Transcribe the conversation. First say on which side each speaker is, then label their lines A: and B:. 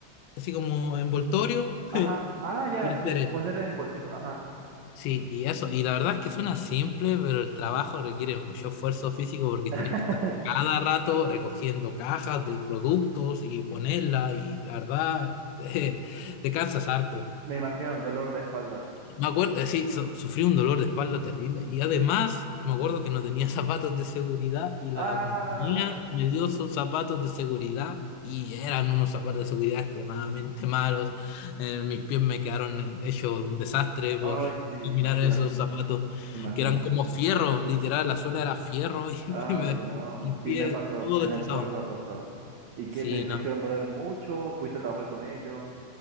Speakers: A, on the left; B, on the right.
A: así como envoltorio <laughs>
B: Ajá. Ah, ya,
A: y hacer
B: sí,
A: eso.
B: ponerles envoltorio. Ajá.
A: Sí, y eso, y la verdad es que suena simple, pero el trabajo requiere mucho esfuerzo físico porque
B: <laughs>
A: tienes que estar cada rato recogiendo cajas de productos y ponerla, y la verdad, <laughs> te, te cansas harto.
B: Me imagino el dolor de espalda.
A: Me acuerdo, eh, sí, su- sufrí un dolor de espalda terrible y además me acuerdo que no tenía <laughs> zapatos de seguridad y la
B: Ay,
A: compañía me dio sus zapatos de seguridad y eran unos zapatos de seguridad extremadamente malos. Eh, mis pies me quedaron en- hechos un desastre por
B: ay,
A: <laughs>
B: sí, me
A: mirar
B: imagino,
A: esos zapatos
B: me imagino.
A: que eran como fierro, literal, la suela era fierro <laughs> y
B: Ay,
A: me, me dejó
B: no,
A: el pie
B: sí me ha pasado,
A: todo
B: en
A: destrozado.
B: el puerto ha pasado. ¿Y qué
A: Sí,
B: te, te
A: no.
B: hicieron doler mucho? ¿Pudiste trabajar con ellos?